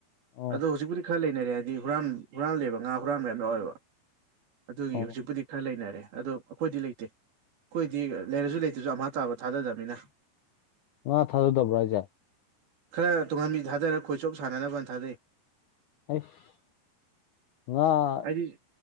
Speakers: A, on the left (about 80°); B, on the right (about 60°).
A: ꯑꯣ
B: ꯑꯗꯨ ꯍꯧꯖꯤꯛꯄꯨꯗꯤ ꯈꯔ ꯂꯩꯅꯔꯦ ꯍꯥꯏꯗꯤ ꯍꯨꯔꯥꯟ ꯍꯨꯔꯥꯟ ꯂꯦꯕ ꯉꯥ ꯍꯨꯔꯥꯟꯕ ꯌꯥꯝ ꯌꯥꯎꯋꯦꯕ ꯑꯗꯨꯒꯤ
A: ꯑꯣ
B: ꯍꯧꯖꯤꯛꯄꯨꯗꯤ ꯈꯔ ꯂꯩꯅꯔꯦ ꯑꯗꯣ ꯑꯩꯈꯣꯏꯗꯤ ꯂꯩꯇꯦ ꯈꯣꯏꯗꯤ ꯂꯩꯔꯖꯨ ꯂꯩꯇ꯭ꯔꯖꯨ ꯑꯝꯍ ꯇꯥꯕ ꯊꯥꯗꯗꯝꯅꯤꯅ
A: ꯃꯥ ꯊꯥꯗꯗꯕ꯭ꯔꯣ ꯍꯥꯢꯖꯦ
B: ꯈꯔ ꯇꯨꯡꯍꯟꯕꯤ ꯊꯥꯗꯔ ꯈꯣꯏꯆꯣꯞ ꯁꯥꯟꯅꯅꯕꯅ ꯊꯥꯗꯩ
A: ꯑꯩꯁ ꯉꯥ
B: ꯄꯤ